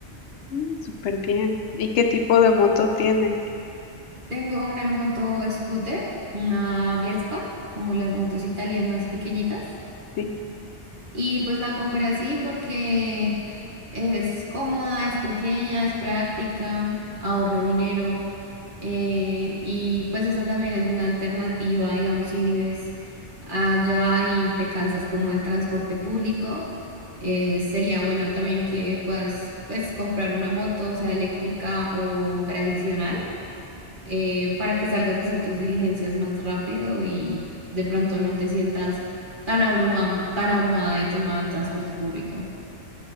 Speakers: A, on the left (about 85°); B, on the right (about 50°).
A: Ujú, Súper bien. ¿Y qué tipo de moto tienes?
B: Tengo una moto scooter, una Vespa, como las motos italianas pequeñitas.
A: Sí.
B: Y pues la compré así porque es cómoda, es pequeña, es práctica, ahorro dinero. eh, y pues esa también es una alternativa, digamos, si vives allá y te cansas como del transporte público, eh, sería bueno también que puedas pues comprar una moto, sea eléctrica o tradicional eh, para que salgas a hacer tus diligencias más rápido y de pronto no te sientas tan abruma- tan abrumada de tomar transporte público.